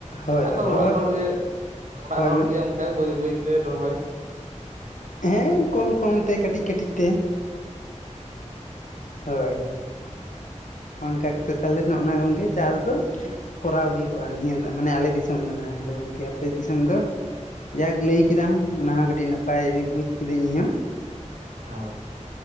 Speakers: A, on the left (about 85°); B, on the right (about 80°).
A: ᱦᱳᱭ
B: ᱟᱫᱚ
A: ᱦᱳᱭ ᱨᱚᱦᱚᱭ
B: ᱚᱲᱟᱜ ᱦᱚᱲᱜᱮ ᱚᱲᱟᱜ
A: ᱦᱳᱭ
B: ᱦᱚᱲᱜᱮ
A: ᱢᱟ
B: ᱚᱱ ᱠᱟ ᱵᱟᱹᱭ ᱵᱟᱹᱭᱛᱮ ᱨᱚᱦᱚᱭ
A: ᱦᱮᱸ ᱠᱚᱢ ᱠᱚᱢ ᱛᱮ ᱠᱟᱹᱴᱤᱡ ᱠᱟᱹᱴᱤᱡ ᱛᱮ᱾ ᱦᱳᱭ ᱚᱱᱠᱟ ᱠᱟᱛᱮᱫ ᱛᱟᱦᱚᱞᱮ ᱱᱚᱜᱱᱟ ᱜᱚᱝᱠᱮ ᱪᱟᱥ ᱫᱚ ᱠᱚᱨᱟᱣ ᱦᱩᱭᱩᱜᱼᱟ ᱱᱤᱭᱟᱹ ᱢᱟᱱᱮ ᱟᱞᱮ ᱫᱤᱥᱚᱢ ᱫᱚ ᱱᱟᱜ ᱟᱫᱚ, ᱜᱚᱢᱠᱮ ᱟᱯᱮ ᱫᱤᱥᱚᱢ ᱫᱚ ᱡᱟᱠ ᱞᱟᱹᱭ ᱠᱮᱫᱟᱢ ᱚᱱᱟ ᱦᱚᱸ ᱠᱟᱹᱴᱤᱡ ᱱᱟᱯᱟᱭ ᱵᱩᱡᱽ ᱠᱤᱫᱟᱹᱧ ᱤᱧᱦᱚᱸ᱾
B: ᱦᱳᱭ